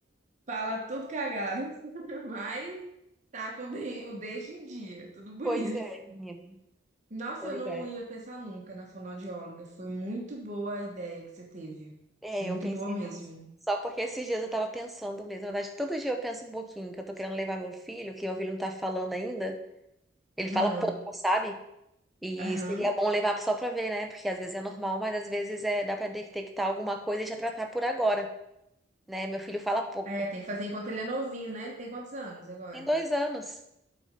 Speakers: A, on the right; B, in the centre.
A: Fala tudo cagado, <laughs> mas tá com o den- o dente em dia, tudo bonito.
B: Pois é, menina.
A: Nossa,
B: Pois
A: eu não
B: é.
A: ia pensar nunca na fonoaudióloga. Foi muito boa a ideia que você teve.
B: É,
A: Muito
B: eu pensei
A: boa mesmo.
B: nelas. Só porque esses dias eu tava pensando mesmo. Na verdade, todo dia eu penso um pouquinho que eu tô querendo levar meu filho, que meu filho não tá falando ainda. Ele fala
A: Ah,
B: pouco, sabe? E
A: aham.
B: seria bom levar só pra ver, né? Porque às vezes é normal, mas às vezes é, dá pra detectar alguma coisa e já tratar por agora, né? Meu filho fala pouco.
A: É, tem que fazer enquanto ele é novinho, né? Ele tem quantos anos agora?
B: Tem dois anos.